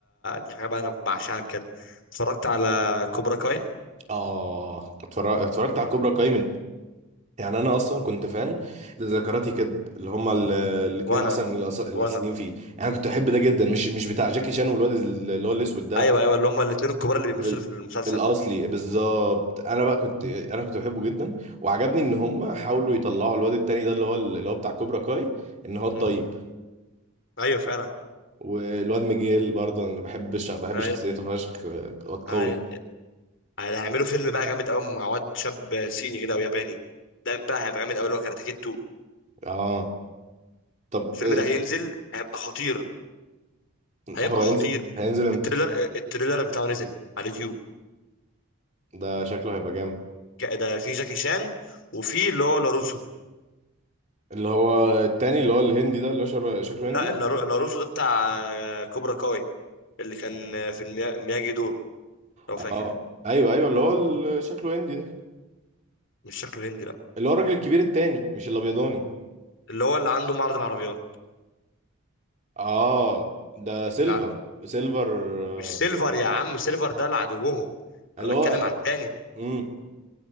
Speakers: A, on the left (about 55°); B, on the right (about 30°).
A: دي حاجه بقى انا بعشقها بجد اتفرجت على كوبرا كاي
B: اه اتفرج- اتفرجت على كوبرا كاي من يعني انا اصلا كنت فان لذكراتي كد اللي هما ال- الاتنين
A: وانا
B: اصلا الأص- الاساسيين
A: وانا
B: فيه يعني كنت احب ده جدا مش مش بتاع جاكي شان والواد اللي هو الاسود ده
A: ايوه
B: لا
A: ايوه اللي هم الاثنين الكبار اللي بيمثلوا
B: ال-
A: في المسلسل
B: الاصلي بالظبط انا بقى كنت انا كنت بحبه جدا وعجبني ان هما حاولوا يطلعوا الواد التاني ده اللي هو اللي هو بتاع كوبرا كاي ان هو الطيب
A: مم. ايوه فعلا
B: والواد ميجيل برضه انا بحب الش- بحب
A: ايوه
B: شخصيته فشخ واد قوي
A: ايوه هيعملوا فيلم بقى جامد قوي مع واد شاب صيني كده او ياباني ده بقى هيبقى جامد قوي اللي هو كاراتيه كيد 2
B: اه طب
A: الفيلم
B: آه،
A: ده هينزل هيبقى خطير هيبقى
B: هو هينزل
A: خطير
B: هينزل امتى
A: التريلر التريلر بتاعه نزل على اليوتيوب
B: ده شكله هيبقى جامد
A: جا- ده في جاكي شان وفي اللي هو لاروسو
B: اللي هو التاني اللي هو الهندي ده اللي هو شبه شكله هندي
A: لا اللارو- لاروسو ده بتاع آه، كوبرا كاي اللي كان آه، في الميا- مياجي دو لو فاكر
B: اه
A: يعني
B: ايوه ايوه اللي هو ال- شكله هندي ده
A: مش شكله هندي لا
B: اللي هو الراجل الكبير التاني مش الابيضاني
A: اللي هو اللي عنده معرض العربيات
B: اه ده سيلفر
A: لا
B: سيلفر آه،
A: مش سيلفر يا عم سيلفر ده لعدوهم
B: اللي
A: انا بتكلم
B: هو
A: على التاني
B: امم